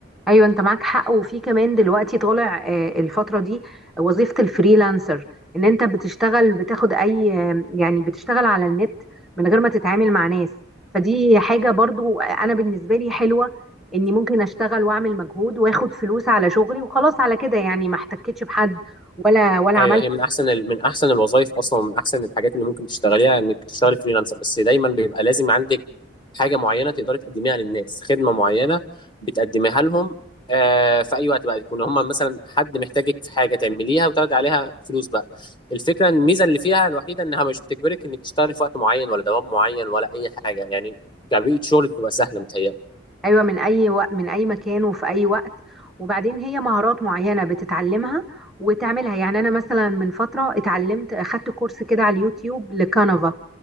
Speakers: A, in the centre; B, on the left (about 25°).
A: ايوه انت معاك حق وفي كمان دلوقتي طالع آه، الفترة دي وظيفة الفريلانسر ان انت بتشتغل بتاخد اي آه، يعني بتشتغل على النت من غير ما تتعامل مع ناس فدي حاجة برضو آه، انا بالنسبة لي حلوة اني ممكن اشتغل واعمل مجهود واخد فلوس على شغلي وخلاص على كده يعني ما احتكتش بحد ولا ولا
B: ايوه
A: عملت
B: هي من احسن ال- من احسن الوظائف اصلا ومن احسن الحاجات اللي ممكن تشتغليها انك تشتغلي فريلانسر بس دايما بيبقى لازم عندك حاجه معينه تقدري تقدميها للناس خدمه معينه بتقدميها لهم آه في اي وقت بقى يكون هم مثلا حد محتاجك في حاجه تعمليها وتاخدي عليها فلوس بقى الفكره الميزه اللي فيها الوحيده انها مش بتجبرك انك تشتغلي في وقت معين ولا دوام معين ولا اي حاجه يعني كبيئه شغل بتبقى سهله متهيألي
A: ايوه من اي وقت من اي مكان وفي اي وقت وبعدين هي مهارات معينه بتتعلمها وتعملها يعني انا مثلا من فتره اتعلمت اخدت كورس كده على اليوتيوب لكانفا